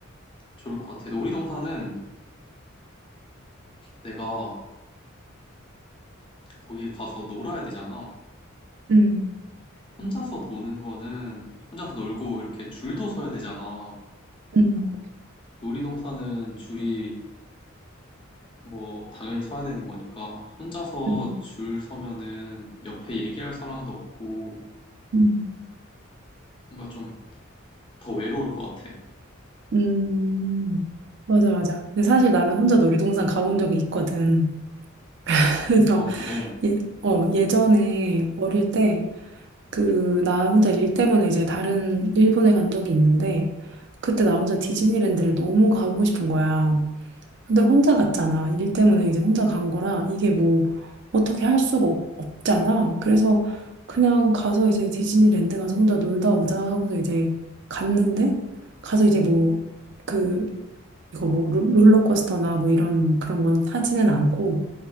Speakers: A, on the left; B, on the right.
A: 좋을 것 같아. 놀이동산은 내가 거기 가서 놀아야 되잖아.
B: 음,
A: 혼자서 노는 거는 혼자서 놀고 이렇게 줄도 서야 되잖아.
B: 음,
A: 놀이동산은 줄이 뭐 당연히 서야 되는 거니까 혼자서
B: 음,
A: 줄 서면은 옆에 얘기할 사람도 없고
B: 음.
A: 뭔가 좀 더 외로울 것 같아.
B: 음, 맞아, 맞아. 근데 사실 나는 혼자 놀이동산 가본 적이 있거든. <laughs> 그래서
A: 어, 그래.
B: 예, 어, 예전에 어릴 때 그 나 혼자 일 때문에 이제 다른 일본에 간 적이 있는데 그때 나 혼자 디즈니랜드를 너무 가고 싶은 거야. 근데 혼자 갔잖아. 일 때문에 이제 혼자 간 거라 이게 뭐 어떻게 할 수가 없, 없잖아. 그래서 그냥 가서 이제 디즈니랜드 가서 혼자 놀다 오자 하고서 이제 갔는데 가서 이제 뭐 그 이거 뭐 롤- 롤러코스터나 뭐 이런 그런 건 타지는 않고